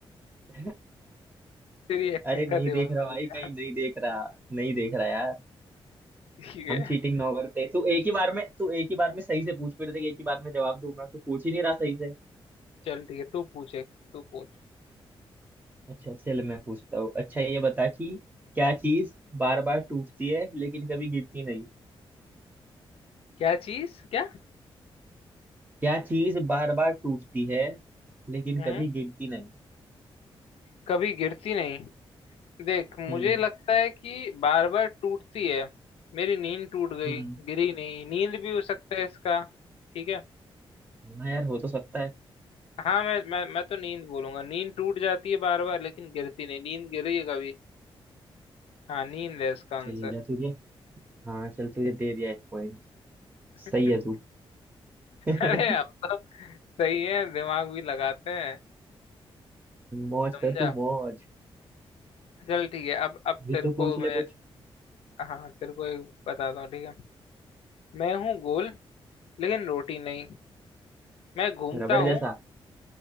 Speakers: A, on the right; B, on the left.
A: <laughs>
B: तेरी एक्टिंग
A: अरे
B: का
A: नहीं
B: दीवाना
A: देख रहा भाई
B: हो गया
A: कहीं
B: <laughs>
A: नहीं देख रहा नहीं देख रहा यार
B: ठीक है
A: हम चीटिंग ना करते तू एक ही बार में तू एक ही बार में सही से पूछ फिर देख एक ही बार में जवाब दूंगा तू पूछ ही नहीं रहा सही से
B: चल ठीक है तू पूछ एक तू पूछ
A: अच्छा चल मैं पूछता हूँ अच्छा ये बता कि क्या चीज बार बार टूटती है लेकिन कभी गिरती नहीं
B: क्या चीज क्या
A: क्या चीज बार बार टूटती है लेकिन
B: हम्म
A: कभी गिरती नहीं
B: कभी गिरती नहीं देख मुझे
A: हम्म
B: लगता है कि बार बार टूटती है मेरी नींद टूट गई
A: हम्म
B: गिरी नहीं नींद भी हो सकता है इसका ठीक है
A: हाँ यार हो तो सकता है
B: हाँ मैं मैं मैं तो नींद बोलूंगा नींद टूट जाती है बार बार लेकिन गिरती नहीं नींद गिरी है कभी हाँ नींद है इसका आंसर
A: चल जा तुझे हाँ चल तुझे दे दिया एक पॉइंट
B: <laughs>
A: सही है तू <laughs> हम्म,
B: अरे हम तो सही है दिमाग भी लगाते हैं
A: मौज
B: समझा
A: कर तू मौज
B: चल ठीक है अब अब
A: भी
B: तेरे
A: तू
B: को
A: पूछ
B: मैं
A: ले कुछ
B: हाँ तेरे को एक बताता हूँ ठीक है मैं हूँ गोल लेकिन रोटी नहीं मैं घूमता
A: रबड़
B: हूँ
A: जैसा